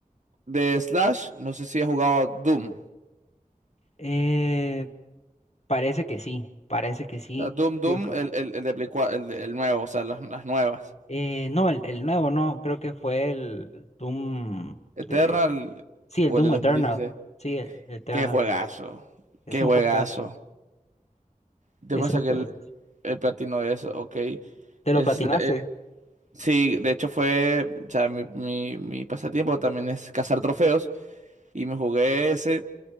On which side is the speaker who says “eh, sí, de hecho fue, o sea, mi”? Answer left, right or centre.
Right